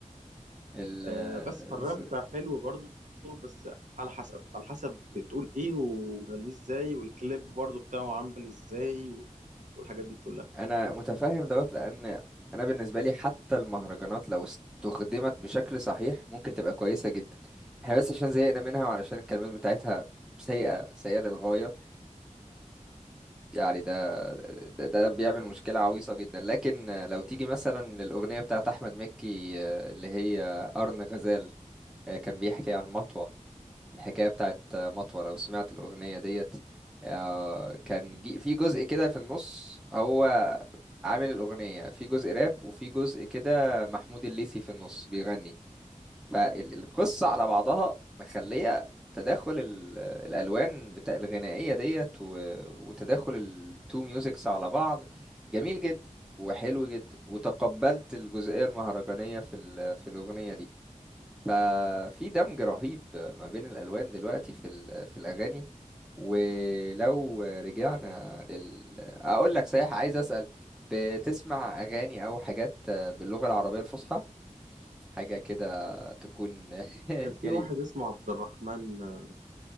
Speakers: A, in the centre; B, on the right.
A: ال
B: آه، بس فالراب
A: الس-
B: حلو برضه بس على حسب على حسب بتقول ايه وبتغنيه ازاي والكليب برضه بتاعه عامل ازاي و- والحاجات دي كلها
A: انا متفهم دوت لان انا بالنسبة لي حتى المهرجانات لو استخدمت بشكل صحيح ممكن تبقى كويسة جدا احنا بس عشان زهقنا منها وعلشان الكلمات بتاعتها سيئة سيئة للغاية يعني ده ده, ده بيعمل مشكلة عويصة جدا لكن لو تيجي مثلا للأغنية بتاعت أحمد مكي آه، اللي هي قرن غزال آه، كان بيحكي عن مطوة الحكاية بتاعت مطوة لو سمعت الأغنية ديت آه، كان جي- في جزء كده في النص هو عامل الأغنية في جزء راب وفي جزء كده محمود الليثي في النص بيغني فالقصة على بعضها مخلية تداخل ال- الألوان بتاع الغنائية ديت و- وتداخل التو ميوزكس على بعض جميل جدا وحلو جدا وتقبلت الجزئية المهرجانية في ال- في الأغنية دي ففي دمج رهيب ما بين الألوان دلوقتي في ال- في الأغاني ولو رجعنا لل أقول لك صحيح عايز أسأل بتسمع أغاني أو حاجات باللغة العربية الفصحى حاجة كده تكون <laughs>
B: كان في
A: يعني
B: واحد اسمه عبد الرحمن آه،